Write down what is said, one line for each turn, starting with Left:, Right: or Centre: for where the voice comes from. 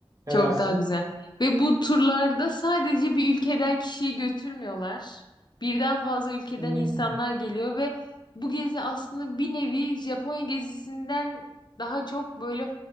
Right: Ne
Left: Çok
Right: dersin?
Left: daha güzel. Ve bu turlarda sadece bir ülkeden kişiyi götürmüyorlar. Birden fazla ülkeden
Right: Hmm.
Left: insanlar geliyor ve bu gezi aslında bir nevi Japonya gezisinden daha çok böyle